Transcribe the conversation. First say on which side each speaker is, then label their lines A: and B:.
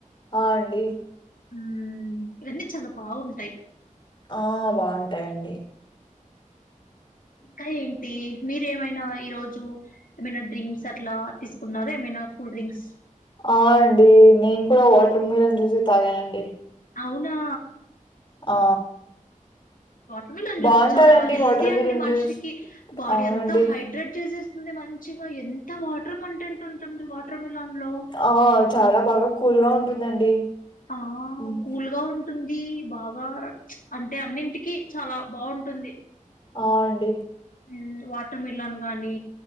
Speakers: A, on the left (about 35°); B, on the left (about 85°).
A: ఆ అండి
B: ఉ ఇవన్నీ చాల బాగుంటాయి
A: ఆ బాగుంటాయ్ అండి
B: ఇంకా ఏంటి మీరు ఏమైనా ఈ రోజు ఏమైనా డ్రింక్స్ అట్లా తిస్కున్నార ఏమైనా కూల్ డ్రింక్స్
A: ఆ అండి నేన్ కూడా వాటర్ మిల్లన్ జ్యూసే తాగానండి
B: అవునా
A: ఆ
B: వాటర్ మిల్లన్ జ్యుస్
A: బాగుంటదండి
B: చాలా హెల్తీ
A: వాటర్
B: అండి
A: మిలన్
B: మన్షికి
A: జ్యూస్
B: బాడీ
A: అవునండి
B: అంతా హైడ్రేడ్ చేసేస్ దే మంచిగా ఎంత వాటర్ కంటెంటుంటుంది వాటర్ మిలన్ లో
A: ఆ చాలా బాగా కూల్గా ఉంటుందండి
B: ఆ
A: హ్మ్.
B: కూల్గా ఉన్ ఉంటుంది బాగా అంటే అన్నింటికి చాలా బావుంటుంది
A: ఆయండి
B: హూ వాటర్ మిల్లన్ గానీ